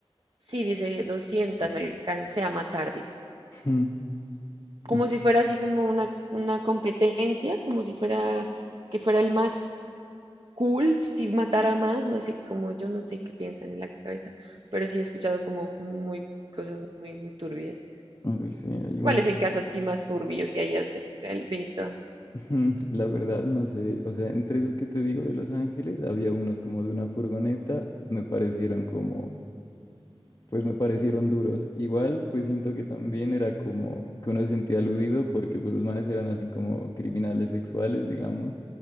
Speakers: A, on the right (about 50°); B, on the left (about 40°).
A: sí, dice, 200 alcancé a matar, dice.
B: Mm,
A: como
B: uf,
A: si fuera así como una, una competencia, como si fuera que fuera el más cool, si matara más, no sé, como yo no sé qué piensan en la cabeza, pero sí he escuchado como muy cosas muy, muy turbias.
B: uy, sí, hay unos,
A: ¿Cuál es el caso así más turbio que hayas eh, visto?
B: ujú, la verdad no sé, o sea, entre esos que te digo de Los Ángeles, había unos como de una furgoneta, me parecieron como, pues me parecieron duros. Igual, pues siento que también era como que uno se sentía aludido porque pues los manes eran así como criminales sexuales, digamos.